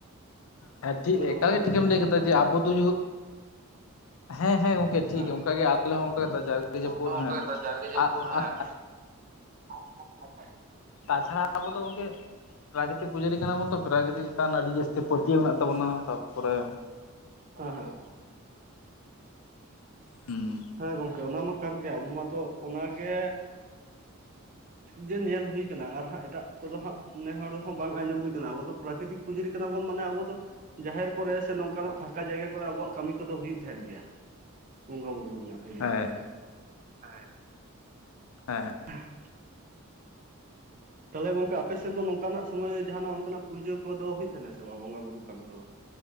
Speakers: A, on the left; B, on the right.
A: ᱦᱮᱸ ᱴᱷᱤᱠ
B: ᱛᱟᱦᱚᱞᱮ ᱜᱚᱝᱠᱟ
A: ᱮᱠᱟᱞ ᱜᱮ
B: ᱟᱯᱮ
A: ᱴᱷᱤᱠᱮᱢ
B: ᱥᱮᱫ ᱫᱚ
A: ᱞᱟᱹᱭ
B: ᱱᱚᱝᱠᱟᱱᱟᱜ
A: ᱠᱮᱫᱟ ᱡᱮ
B: <unintelligible>
A: ᱟᱵᱚ ᱫᱚ ᱦᱮᱸ ᱦᱮᱸ ᱜᱚᱝᱠᱮ ᱴᱷᱤᱠ ᱚᱱᱠᱟᱜᱮ
B: ᱦᱮᱸ ᱦᱮᱸ
A: ᱟᱞᱮ
B: ᱜᱚᱝᱠᱮ
A: ᱦᱚᱸ ᱚᱱᱠᱟ
B: ᱴᱷᱤᱠᱭᱟ
A: ᱡᱟᱨᱜᱮ
B: ᱚᱱᱠᱟᱜᱮ
A: ᱡᱟᱹᱯᱩᱫ
B: ᱟᱞᱮ ᱦᱚᱸ ᱚᱱᱠᱟ
A: ᱦᱮᱸ
B: ᱡᱟᱨᱜᱮ
A: ᱟᱨ
B: ᱡᱟᱯᱩᱨ ᱦᱮᱸ ᱟᱪ ᱟᱪᱪᱷᱟ <inaudible>
A: ᱛᱟᱪᱷᱟᱲᱟ ᱟᱵᱚ ᱫᱚ ᱜᱚᱝᱠᱮ ᱯᱨᱟᱠᱨᱤᱛᱤᱠ ᱯᱩᱡᱟᱹᱨᱤ ᱠᱟᱱᱟ ᱵᱚᱱ ᱛᱚ ᱯᱨᱟᱠᱨᱤᱛᱤᱠ ᱪᱮᱛᱟᱱ ᱟᱹᱰᱤ ᱡᱟᱹᱥᱛᱤ ᱯᱟᱹᱛᱤᱭᱟᱹᱣ ᱢᱮᱱᱟᱜ ᱛᱟᱵᱚᱱᱟ ᱛᱟᱨᱯᱚᱨᱮ
B: ᱦᱮᱸ ᱦᱮᱸ
A: ᱦᱩᱸ
B: ᱦᱮᱸ ᱜᱚᱝᱠᱮ ᱚᱱᱟ ᱢᱟ ᱠᱟᱱ ᱜᱮᱭᱟ ᱟᱵᱚ ᱢᱟᱛᱚ ᱚᱱᱟᱜᱮ ᱡᱮ ᱧᱮᱞ ᱦᱩᱭᱠᱟᱱᱟ ᱟᱨ ᱦᱟᱸᱜ ᱮᱴᱟᱜ ᱠᱚᱫᱚ ᱦᱟᱸᱜ ᱱᱮ ᱦᱚᱲ ᱦᱚᱸ ᱵᱟᱝ ᱟᱸᱡᱚᱢ ᱦᱩᱭ ᱟᱠᱟᱱᱟ ᱟᱵᱚ ᱫᱚ ᱯᱨᱟᱠᱨᱤᱛᱤᱠ ᱯᱩᱡᱟᱹᱨᱤ ᱠᱟᱱᱟ ᱵᱚᱱ ᱢᱟᱱᱮ ᱟᱵᱚ ᱫᱚ ᱡᱟᱦᱮᱨ ᱠᱚᱨᱮ ᱥᱮ ᱱᱚᱝᱠᱟᱱᱟᱜ ᱯᱷᱟᱠᱟ ᱡᱟᱭᱜᱟ ᱠᱚᱨᱮ ᱟᱵᱚᱣᱟᱜ ᱠᱟᱹᱢᱤ ᱠᱚᱫᱚ ᱦᱩᱭᱩᱜ ᱛᱟᱦᱮᱱ ᱜᱮᱭᱟ ᱵᱚᱸᱜᱟ ᱵᱩᱨᱩ ᱵᱩᱨᱩ ᱨᱮᱱᱟᱜ ᱤᱫᱤ
A: ᱦᱮᱸ
B: ᱠᱟᱛᱮ ᱫᱚ᱾ ᱦᱮᱸ
A: ᱦᱮᱸ
B: <inaudible> ᱛᱟᱦᱚᱞᱮ ᱜᱚᱝᱠᱮ ᱟᱯᱮᱥᱮᱫ ᱫᱚ ᱱᱚᱝᱠᱟᱱᱟᱜ ᱥᱚᱢᱚᱭ ᱡᱟᱦᱟᱱᱟᱜ ᱚᱱᱠᱟᱱᱟᱜ ᱯᱩᱡᱟᱹ ᱠᱚᱫᱚ ᱦᱩᱭᱩᱜ ᱛᱟᱦᱮ ᱥᱮ ᱵᱟᱝ ᱵᱚᱸᱜᱟ ᱵᱩᱨᱩ ᱠᱟᱹᱢᱤ ᱠᱚᱫᱚ